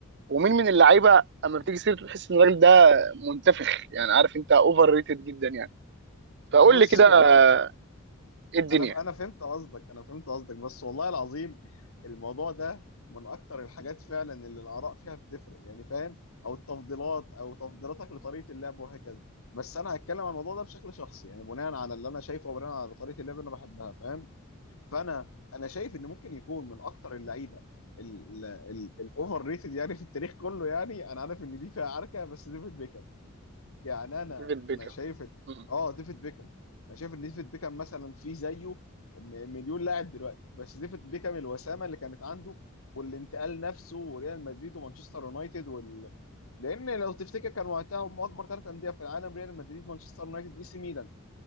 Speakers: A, on the right; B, on the left.
A: ومين من اللعيبه اما بتيجي سيرته تحس ان الراجل ده منتفخ يعني عارف انت اوفر ريتد جدا يعني فقول
B: بص
A: لي كده
B: والله
A: آه،
B: ال-
A: ايه الدنيا
B: انا انا فهمت قصدك انا فهمت قصدك بس والله العظيم الموضوع ده من اكتر الحاجات فعلا اللي الاراء فيها بتفرق يعني فاهم او التفضيلات او تفضيلاتك لطريقه اللعب وهكذا بس انا هتكلم عن الموضوع ده بشكل شخصي يعني بناء على اللي انا شايفه وبناء على طريقه اللعب اللي انا بحبها فاهم فانا انا شايف ان ممكن يكون من اكتر اللعيبه ال- ال- الاوفر ريتد يعني في التاريخ كله يعني انا عارف ان دي فيها عركه بس ديفيد بيكهام يعني انا
A: ديفيد بيكهام
B: انا شايف إن-
A: مم.
B: اه ديفيد بيكهام انا شايف ان ديفيد بيكهام مثلا في زيه م- مليون لاعب دلوقتي بس ديفيد بيكهام الوسامه اللي كانت عنده والانتقال نفسه وريال مدريد ومانشستر يونايتد وال... لان لو تفتكر كان وقتها هم اكبر ثلاث انديه في العالم ريال مدريد مانشستر يونايتد اي سي ميلان